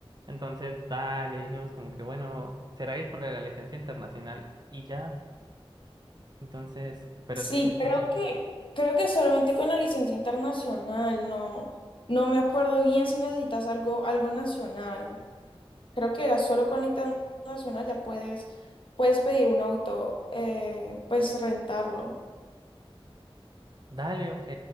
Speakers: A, on the right; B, on the left.
A: Entonces, dale, dijimos como que, bueno, ¿será que es por la licencia internacional? Y ya, entonces, pero
B: Sí,
A: tú dices
B: creo
A: que sí.
B: que creo que solamente con la licencia internacional, no no me acuerdo bien si necesitas algo algo nacional. Creo que era solo con la internacional ya puedes puedes pedir un auto, eh, pues rentarlo.
A: Dale, ok.